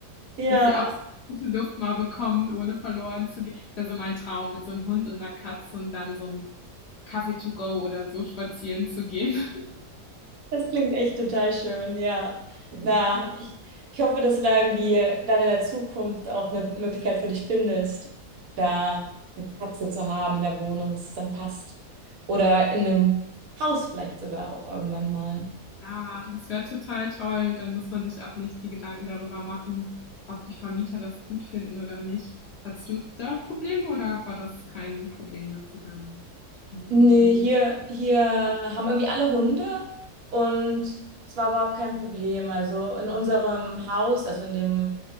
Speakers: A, on the right (about 65°); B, on the left (about 70°).
A: Ja.
B: dass sie auch so gute Luft mal bekommt, ohne verloren zu gehen. Das wäre so mein Traum, mit so einem Hund und einer Katze und dann so einem Kaffee to go oder so spazieren zu gehen.
A: Das klingt echt total schön, ja. Na,
B: <laughs>
A: ich, ich hoffe, dass du da irgendwie dann in der Zukunft auch eine Möglichkeit für dich findest, da eine Katze zu haben in der Wohnung, dass es dann passt. Oder in einem Haus vielleicht sogar auch irgendwann mal.
B: Ja, das wäre total toll. Dann muss man sich auch nicht die Gedanken darüber machen, ob die Vermieter das gut finden oder nicht. Hattest du da Probleme oder war das kein Problem, dass du dann einen
A: Nee,
B: Hund mit
A: hier, hier haben irgendwie alle Hunde und das war überhaupt kein Problem. Also in unserem Haus, also in dem,